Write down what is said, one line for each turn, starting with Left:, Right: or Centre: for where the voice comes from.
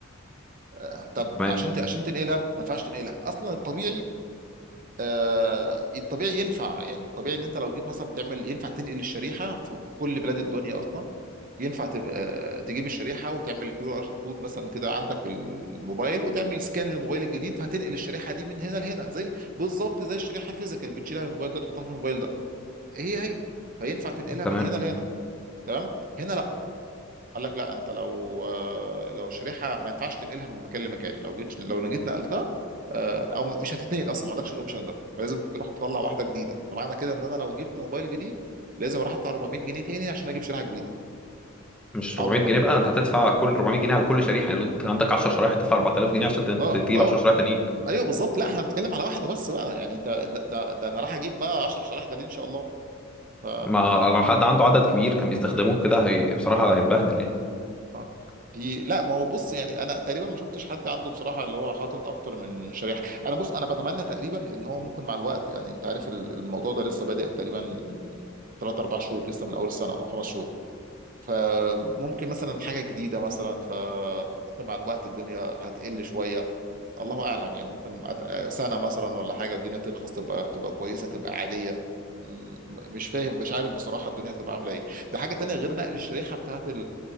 Right: آه، طب
Centre: تمام
Right: عشان ت- عشان تنقلها ما ينفعش تنقلها اصلا الطبيعي آه، الطبيعي ينفع يعني الطبيعي ان انت لو جيت مثلا تعمل ينفع تنقل الشريحه في كل بلاد الدنيا اصلا ينفع تب- آه، تجيب الشريحه وتعمل كيو ار كود مثلا كده عندك في الموبايل وتعمل سكان للموبايل الجديد فهتنقل الشريحه دي من هنا لهنا زي بالظبط زي الشريحه الفيزيكال بتشيلها من الموبايل ده تحطها في الموبايل ده هي هي فينفع تنقلها
Centre: تمام
Right: من هنا لهنا تمام هنا قال لك لا انت لو آه، لو الشريحه ما ينفعش تنقلها من مكان لمكان لو جيت لو جيت نقلتها آه، او مش هتتنقل اصلا ما عندكش الاوبشن ده فلازم تروح تطلع واحده جديده فمعنى كده ان انا لو جبت موبايل جديد لازم اروح ادفع 400 جنيه تاني عشان اجيب شريحه جديده
Centre: مش
Right: او
Centre: 400 جنيه بقى انت هتدفع كل 400 جنيه على كل شريحه يعني لو انت عندك 10 شرايح هتدفع 4000 جنيه عشان
Right: اه
Centre: ت-
Right: اه
Centre: تجيب
Right: آه،
Centre: 10 شرايح تانيين
Right: ايوه بالظبط لا احنا بنتكلم على واحده بس بقى يعني انت لا، ده ده انا راح اجيب بقى 10 شرايح ده ليه ان شاء الله ف
Centre: ما لو حد عنده عدد كبير كان بيستخدموه كده هي بصراحه هيتبهدل يعني
Right: اه. في لا ما هو بص يعني انا تقريبا ما شفتش حد عنده بصراحه اللي هو حاطط اكتر من من شريحه انا بص انا بتمنى تقريبا ان هو ممكن مع الوقت يعني انت عارف ال- الموضوع ده لسه بادئ تقريبا من 3 4 شهور لسه من اول السنه او خمس شهور فممكن مثلا حاجه جديده مثلا فممكن مع الوقت الدنيا هتقل شويه الله اعلم يعني ممكن أت- سنه مثلا ولا حاجه الدنيا ترخص تبقى تبقى كويسه تبقى عاديه م- مش فاهم مش عارف بصراحه الدنيا هتبقى عامله ايه ده حاجه تانية غير نقل الشريحه بتاعت